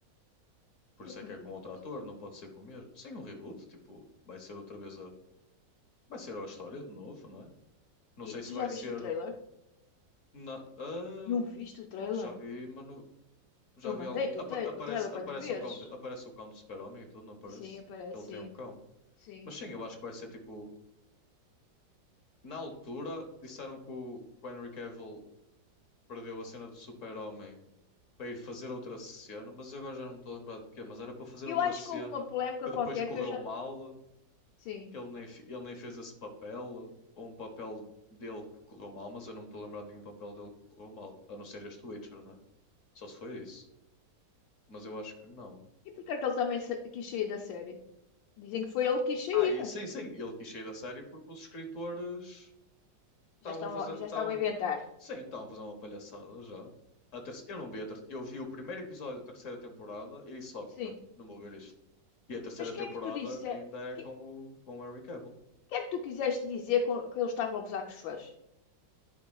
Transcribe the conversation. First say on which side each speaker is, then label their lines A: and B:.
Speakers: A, on the left (about 50°); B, on the left (about 85°).
A: Por
B: que
A: isso
B: é que
A: é
B: é
A: que
B: um reboot?
A: é com outro ator, não pode ser com o mesmo. Sim, um reboot, tipo, vai ser outra vez a, vai ser a história de novo, não é? Não
B: E
A: sei
B: tu
A: se
B: já
A: vai
B: viste
A: ser.
B: o trailer?
A: Na, ah,
B: Não viste o trailer?
A: já vi, mas não- já
B: Eu
A: vi
B: mandei-te
A: algo. Apa-
B: o, tra-
A: aparece,
B: o trailer para
A: aparece
B: tu veres.
A: o cão de, aparece o cão do Super-Homem e tudo, não aparece?
B: Sim, aparece,
A: Que ele
B: sim,
A: tem um cão.
B: sim.
A: Mas sim, eu acho que vai ser tipo. Na altura, disseram que o, que o Henry Cavill perdeu a cena do Super-Homem para ir fazer outra cena, mas eu agora já não me estou a lembrar de quê. Mas era para fazer
B: Eu
A: outra
B: acho
A: cena
B: que houve uma polémica
A: que
B: qualquer
A: depois correu
B: que eu já.
A: mal,
B: Sim.
A: que ele nem, fi- ele nem fez esse papel, ou um papel dele que correu mal, mas eu não me estou a lembrar de nenhum papel dele que correu mal, a não ser este Witcher, não é? Só se foi isso. mas eu acho que não.
B: E porquê é que ele também sa- quis sair da série? Dizem que foi ele que quis sair.
A: Ah, e sim, sim, ele quis sair da série porque os escritores estavam
B: Já estavam,
A: a fazer,
B: já
A: estavam,
B: estavam a inventar.
A: sim, estavam a fazer uma palhaçada já. A terce- eu não vi a ter, eu vi o primeiro episódio da terceira temporada e disse logo,
B: Sim.
A: não, não vou ver isto. E a terceira
B: Mas o
A: temporada
B: que é que tu disse?
A: ainda
B: O
A: é
B: que,
A: com o, com o Henry Cavill.
B: que é que tu quiseste dizer com, que eles estavam a gozar com os fãs?